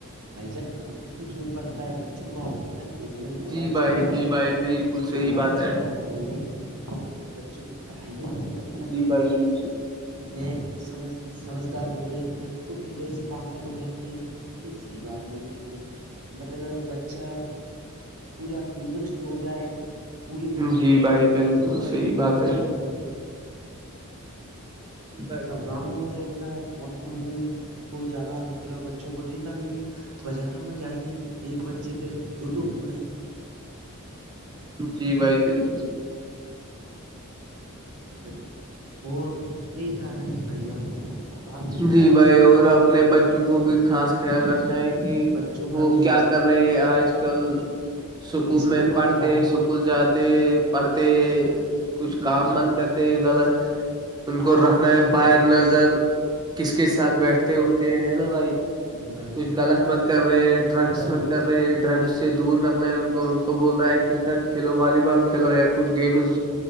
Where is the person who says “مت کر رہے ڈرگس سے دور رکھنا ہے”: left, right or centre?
Right